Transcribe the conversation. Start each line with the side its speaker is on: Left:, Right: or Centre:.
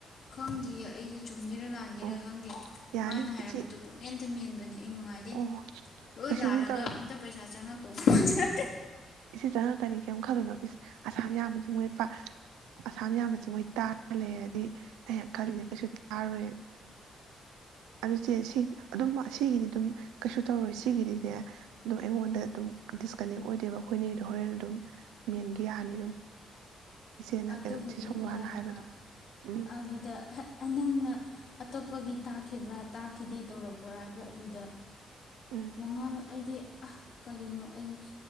Left: ꯈꯪꯗꯦꯌꯦ ꯑꯩꯗꯤ ꯆꯨꯝꯒꯔꯥ ꯂꯥꯟꯒꯦꯔꯥ
Right: ꯑꯣ
Left: ꯈꯪꯗꯦ
Right: ꯌꯥꯅꯤ
Left: ꯃꯥꯅ ꯍꯥꯏꯔꯛꯄꯗꯣ
Right: ꯏꯆꯦ
Left: ꯄꯨꯛꯃꯦꯟꯇ ꯃꯦꯟꯕꯅꯦ ꯑꯩ ꯅꯨꯡꯉꯥꯏꯗꯣꯏꯅꯦ
Right: ꯑꯣ
Left: ꯂꯣꯏ
Right: ꯀꯩꯁꯨꯕꯨꯗꯤ
Left: ꯂꯥꯜꯂꯒ
Right: ꯇꯧꯔꯣꯏꯗ
Left: ꯑꯝꯇ ꯄꯩꯁꯥ ꯆꯪꯉꯛ꯫ <unintelligible>
Right: ꯏꯆꯦ ꯆꯪꯉꯛꯀꯅꯤ ꯀꯩꯔꯝ ꯈꯜꯂꯨꯅꯣ ꯌꯥꯝꯕꯁꯨ ꯃꯣꯏ ꯄ ꯑꯁꯥꯝ ꯌꯥꯝꯕꯁꯦ ꯃꯣꯏ ꯇꯥꯔ ꯂꯩꯔꯗꯤ ꯑꯩ ꯈꯜꯂꯤꯅꯦ ꯀꯩꯁꯨ ꯇꯥꯔꯣꯏꯅ꯫ ꯑꯗꯨꯆꯦ ꯁꯤ ꯑꯗꯨꯝ ꯑꯁꯤꯒꯤꯗꯤ ꯑꯗꯨꯝ ꯀꯩꯁꯨ ꯇꯧꯔꯣꯏ ꯁꯤꯒꯤꯗꯤꯅꯦ ꯑꯗꯨꯝ ꯑꯩꯉꯣꯟꯗ ꯑꯗꯨꯝ ꯗꯤꯁꯀꯅꯦꯛ ꯑꯣꯏꯗꯦꯕ ꯑꯩꯈꯣꯏꯅꯤꯒꯤꯗꯤ ꯍꯣꯔꯦꯟ ꯑꯗꯨꯝ ꯃꯦꯟꯒꯤ ꯌꯥꯅꯤ ꯑꯗꯨꯝ ꯏꯆꯦꯅ
Left: ꯑꯗꯨꯕꯨꯗꯤ
Right: ꯀꯩꯅꯣ ꯏꯆꯦ ꯁꯣꯝꯂꯥꯅ
Left: ꯌꯥꯏꯑꯕ
Right: ꯍꯥꯏꯕꯗꯣ ꯎꯝ
Left: ꯑꯗꯨꯗ ꯅꯪꯅ ꯑꯇꯣꯞꯄꯒꯤ ꯇꯥꯈꯤꯕ꯭ꯔꯥ ꯇꯥꯈꯤꯗꯦ ꯇꯧꯔꯛꯄ꯭ꯔꯥ ꯍꯥꯏꯕ꯭ꯔꯥ ꯑꯗꯨꯗ
Right: ꯎꯝ
Left: ꯋꯥꯉꯥꯜ ꯑꯩꯗꯤ ꯀꯔꯤꯅꯣ ꯑꯩ